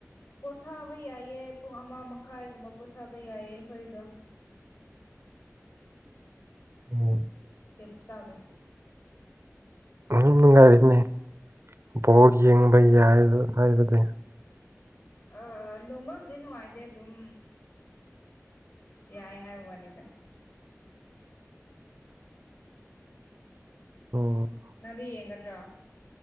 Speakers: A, on the left (about 55°); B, on the right (about 50°).
A: ꯄꯣꯊꯥꯕ ꯌꯥꯏꯌꯦ ꯄꯨꯡ ꯑꯃ ꯃꯈꯥꯏꯒꯨꯝꯕ ꯄꯣꯊꯥꯕ ꯌꯥꯏꯌꯦ ꯑꯩꯈꯣꯏꯗꯣ
B: ꯎꯝ
A: ꯀꯩꯁꯨ ꯇꯧꯗꯦ
B: ꯃꯅꯨꯡꯉꯥꯏꯕꯤꯗꯅꯦ ꯕꯠ ꯌꯦꯡꯕ ꯌꯥꯏ ꯍꯥꯏꯕꯗꯤ
A: ꯑ ꯅꯣꯡꯃꯕꯨꯗꯤ ꯅꯨꯡꯉꯥꯏꯇꯦ ꯑꯗꯨꯝ ꯌꯥꯏ ꯍꯥꯏ ꯋꯥꯅꯤꯗ
B: ꯎꯝ
A: ꯅꯪꯗꯤ ꯌꯦꯡꯒꯗ꯭ꯔꯣ